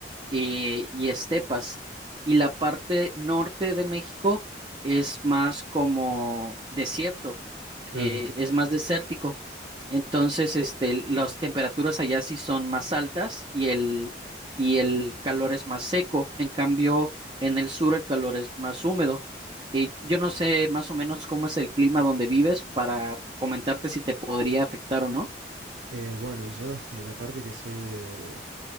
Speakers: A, on the right; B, on the right.
A: eh, y estepas. Y la parte norte de México es más como desierto,
B: Claro,
A: eh, es más desértico. Entonces, este, las temperaturas allá sí son más altas y el, y el calor es más seco. En cambio, en el sur el calor es más húmedo. Y yo no sé más o menos cómo es el clima donde vives para comentarte si te podría afectar o no.
B: Eh, bueno, yo de la parte que soy de,